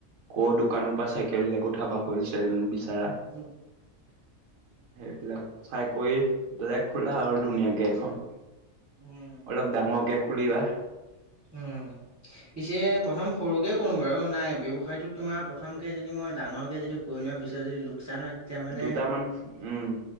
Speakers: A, on the right; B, on the right.
A: ক' দোকানৰ পৰা চাইকেল হ কঠাবা হ'লচেলচ সেইবিলাক
B: উম,
A: চাই কৰি বেলেগ খোলা আৰু ধুনীয়াকে এখন,
B: উম,
A: অলপ ডাঙৰকে খুলিবা। <inaudible>
B: উম। পিছে প্ৰথম সৰুকে কৰো বাৰু, নাই ব্যৱসায়টোত তোমাৰ প্ৰথম কে যদি মই ডাঙৰকে যদি কৰি লো পিছত যদি লোকচান হয় তেতিয়া মানে
A: দুটামান উম